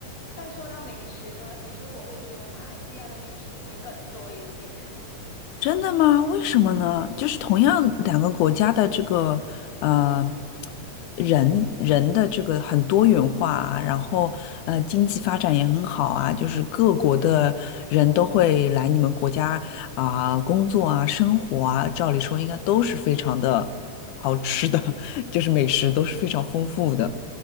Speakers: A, on the left; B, on the left.
A: 但说到美食呢，其实我会觉得马来西亚的美食会更多一些。
B: 真的吗？为什么呢？就是同样两个国家的这个呃人人的这个很多元化啊，然后呃经济发展也很好啊，就是各国的人都会来你们国家啊、工作啊生活啊，照理说应该都是非常的好吃的，<laughs> 就是美食都是非常丰富的。